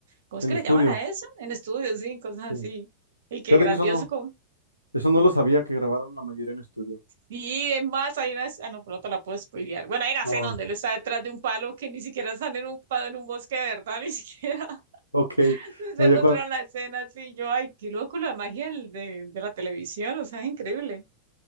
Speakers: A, on the right; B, on the right.
A: ¿cómo es
B: en
A: que
B: estudio.
A: le llaman a eso? En estudios, sí, cosas
B: sí.
A: así. Y qué
B: Fíjate
A: grandioso.
B: que eso no,
A: Como...
B: eso no lo sabía que grabaron la mayoría en estudio.
A: Sí, es más, hay una, ah, no, pronto la puedo spoilear. Bueno, hay una
B: No,
A: escena donde él está detrás de un palo que ni siquiera están en un palo, en un bosque de verdad, ni siquiera <laughs>
B: ok.
A: se
B: Oye,
A: mostraron la escena así. Yo, ay, qué loco la magia del- de, de la televisión, o sea, es increíble.